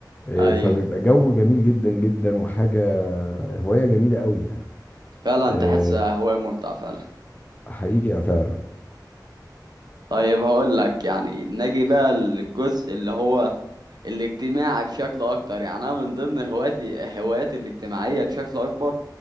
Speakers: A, on the left (about 25°); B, on the right (about 65°).
A: آه،
B: أي
A: فبيبقى جو جميل جدا جدا وحاجة هواية جميلة قوي يعني
B: فعلا
A: آه،
B: تحسها هواية ممتعة فعلا
A: حقيقة فعلا
B: طيب هقول لك يعني نجي بقى للجزء اللي هو الاجتماعي بشكل اكتر يعني انا من ضمن هواياتي هواياتي الاجتماعيه بشكل اكبر